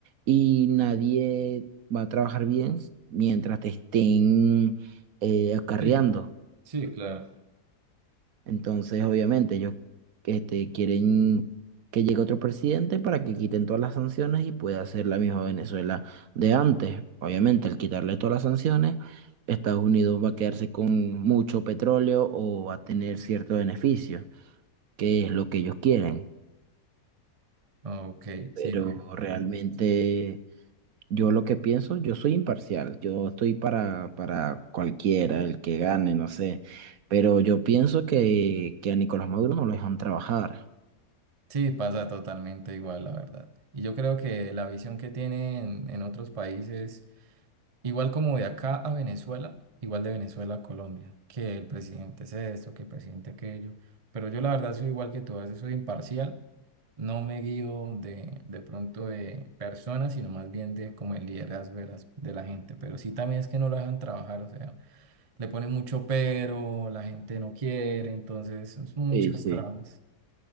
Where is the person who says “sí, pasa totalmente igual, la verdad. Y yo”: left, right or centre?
Right